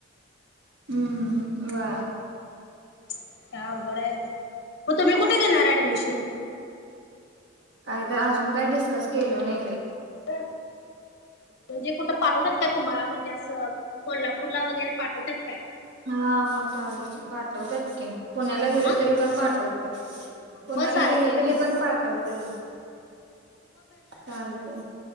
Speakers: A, on the right; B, on the left.
A: हम्म हं व्हय
B: काय अवघड हाय बघ, मग तुम्ही कुठे घेणार ऍडमिशन?
A: काही तर अजून काय डिस्कस केल नाही बाई
B: ह म्हणजे कुठं पाठवतात का तुम्हाला म्हणजे, असं कोल्हापूरला वगैरे पाठवतात काय?
A: हा मग चाल पाठवत्यात की, पुण्याला गेलो
B: हा
A: तरी पण पाठवतील, पुण्याला
B: मग चालतंय
A: गेलो तरी
B: घे
A: पण पाठवतील, चालते